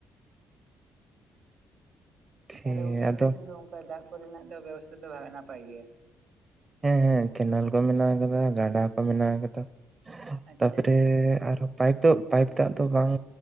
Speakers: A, on the right; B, on the right.
A: ᱴᱷᱤᱠ
B: ᱛᱟᱦᱚᱞᱮ ᱜᱚᱝᱠᱮ
A: ᱟᱫᱚ
B: ᱟᱯᱮ ᱥᱮᱱ ᱫᱚ ᱚᱱᱠᱟ ᱫᱟᱜ ᱠᱚᱨᱮᱱᱟᱜ ᱫᱚ ᱵᱮᱵᱚᱥᱛᱷᱟ ᱫᱚ ᱱᱟᱯᱟᱭ ᱜᱮᱭᱟ᱾
A: ᱦᱮᱸ-ᱦᱮᱸ ᱠᱮᱱᱮᱞ ᱠᱚ ᱢᱮᱱᱟᱜ ᱟᱠᱟᱫᱟ ᱜᱟᱰᱟ ᱠᱚ ᱢᱮᱱᱟᱜ ᱟᱠᱟᱫᱟ,
B: ᱟᱪᱪᱷᱟ
A: ᱛᱟᱨᱯᱚᱨᱮ
B: ᱟᱪᱪᱷᱟ
A: ᱟᱨᱦᱚ, ᱯᱟᱭᱤᱯ ᱫᱚ, ᱯᱟᱭᱤᱯ ᱫᱟᱜ ᱫᱚ ᱵᱟᱝᱻ